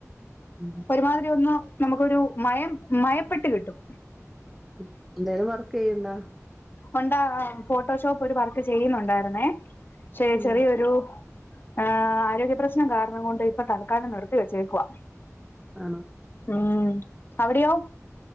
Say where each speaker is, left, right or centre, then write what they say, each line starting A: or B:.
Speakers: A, in the centre; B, on the left.
A: ഉം
B: ഒരുമാതിരി ഒന്ന് നമ്ക്കൊരു മയം മയപ്പെട്ട് കിട്ടും
A: ഉം എന്തേലും വർക്കെയ്യ്ണ്ടാ
B: ഒണ്ടാ ഫോട്ടോഷോപ്പ് ഒര് വർക്ക് ചെയ്യ്ന്നുണ്ടായിര്ന്നേ ക്ഷെ
A: ഉം.
B: ചെറിയൊരു ആഹ് ആരോഗ്യപ്രശ്നം കാരണം കൊണ്ട് ഇപ്പൊ തൽക്കാലം നിർത്തി വെച്ചേക്കുവാ
A: ആണോ
B: ഊം അവിടിയോ